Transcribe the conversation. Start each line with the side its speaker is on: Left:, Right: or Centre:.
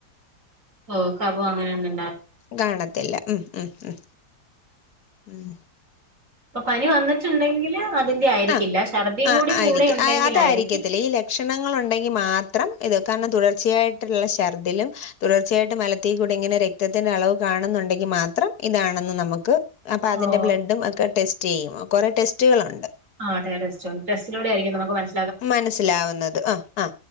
Right: ഓ കഫം അങ്ങനെന്നെ
Left: കാണത്തില്ല ഉം ഉം ഉം ഉം
Right: അപ്പൊ പനി വന്നിട്ടുണ്ടെങ്കില് അതിന്റെ ആയിരിക്കില്ല
Left: ആ
Right: ഛർദിയും
Left: ആ
Right: കൂടി കൂടെ
Left: ആയിരിക്കും
Right: ഉണ്ടെങ്കിലായിരിക്കും
Left: അതായിരിക്കത്തില്ലേ ഈ ലക്ഷണങ്ങൾ ഉണ്ടെങ്കി മാത്ര മാത്രം ഇത് കാരണം തുടർച്ചയായിട്ടുള്ള ഛർദിലും തുടർച്ചയായിട്ട് മലത്തിൽ കൂടി ഇങ്ങനെ രക്തത്തിന്റെ അളവ് കാണുന്നുണ്ടെങ്കിൽ മാത്രം ഇതാണെന്ന് നമുക്ക് അപ്പൊ
Right: ഓ
Left: അതിന്റെ ബ്ലഡും ഒക്കെ ടെസ്റ്റ് ചെയ്യും കൊറേ ടെസ്റ്റുകളുണ്ട്
Right: ആ ടെസ്റ്റുണ്ട് ടെസ്റ്റിലൂടെ ആയിരിക്കും നമുക്ക് മനസി
Left: മനസ്സിലാവുന്നത് ആ ആ